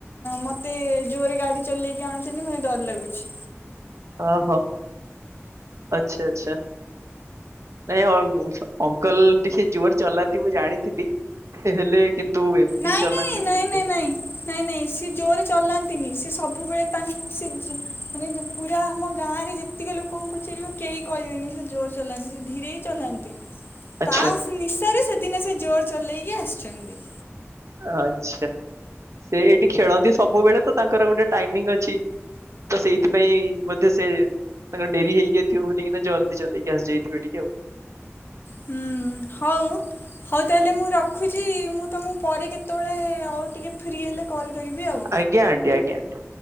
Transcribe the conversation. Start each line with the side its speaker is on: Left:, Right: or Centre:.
Left: ମତେ ଜୋରରେ ଗାଡି ଚଲେଇକି ଆଣୁଛନ୍ତି ମତେ ଡର ଲାଗୁଛି।
Right: ଓ ହୋ ଆଚ୍ଛା ଆଚ୍ଛା। ନାଇଁ ଅଙ୍କଲ ଟିକେ ଜୋରରେ ଚଲାନ୍ତି ମୁଁ ଜାଣିଥିଲି ହେଲେ। କିନ୍ତୁ-ଉ ଏମିତି
Left: ନାଇଁ
Right: ଚଲାନ୍ତି
Left: ନାଇଁ ନାଇଁ
Right: ହେଉଥିଲେ
Left: ନାଇଁ ନାଇଁ ନାଇଁ ନାଇଁ ସିଏ ଜୋରେ ଚଲାନ୍ତିନି ସେ ସବୁବେଳେ ତାଙ୍କ ସେ ଯ ମାନେ ପୁରା ଆମ ଗାଁରେ ଯେ ତିକ ଲୋକଙ୍କୁ ପଚାରିବ କେହି କହିବେନି ସେ ଜୋର ଚଲାନ୍ତିି ସେ ଧୀରେ ହି ଚଲାନ୍ତି।
Right: ଆଚ୍ଛା
Left: ତାସ୍ ନିଶାରେ ସେଦିନ ସେ ଜୋର ଚଲେଇକି ଆସିଛନ୍ତି।
Right: ଆଚ୍ଛା ସେ ଏଇଠି ଖେଳନ୍ତି ସବୁବେଳେ ତ ତାଙ୍କର ଗୋଟେ ଟାଇମିଂ ଅଛି। ତ ସେଇଥିପାଇଁ-ଇ-ଇ ବୋଧେ ସେ ତାଙ୍କର ଡେରି ହେଇଯାଇଥିବ ବୋଲିକିନା ଜଲଦି ଚଲେଇକି ଆସିଯାଇଥିବେ ଟିକେ ଆଉ।
Left: ହୁଁ ହଉ ହଉ ତାହେଲେ ମୁଁ ରଖୁଛି ମୁଁ ତମକୁ ପରେ କେତେ ତେବେଳେ ଆଉ ଟିକେ ଫ୍ରି ହେଲେ କଲ୍ କରିବି ଆଉ।
Right: ଆଜ୍ଞା ଆଣ୍ଟି ଆଜ୍ଞା ଆଣ୍ଟି।